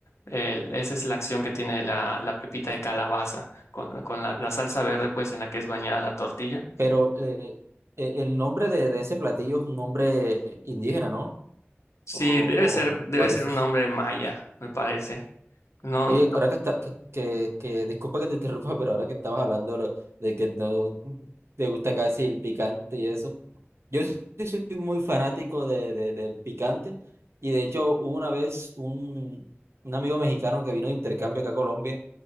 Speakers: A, on the left; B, on the right.
A: el- esa es la acción que tiene la, la pepita de calabaza con, con la la salsa verde pues en la que es bañada la tortilla.
B: Pero eh, e- el nombre de, de ese platillo es un nombre indígena, ¿no?
A: Sí,
B: O,
A: debe ser,
B: o
A: debe
B: pareces.
A: ser un nombre maya, me parece. No,
B: Oye,
A: no,
B: ahora que está, que, que, que- disculpa que te interrumpa, pero ahora que estabas hablando de, lo- de que no te gusta casi el picante y eso, Yo sí soy muy fanático de, de, de picante y de hecho hubo una vez un, un amigo mexicano que vino de intercambio acá a Colombia